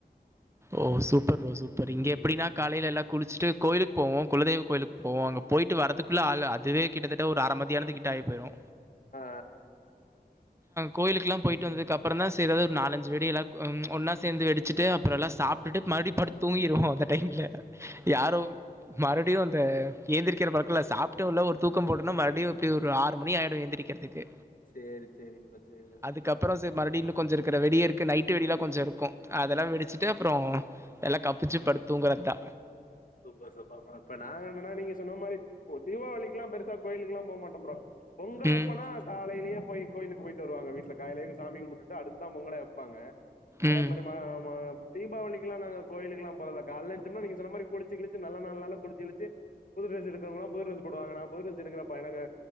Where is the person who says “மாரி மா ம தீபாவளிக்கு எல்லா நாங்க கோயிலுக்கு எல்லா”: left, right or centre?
Left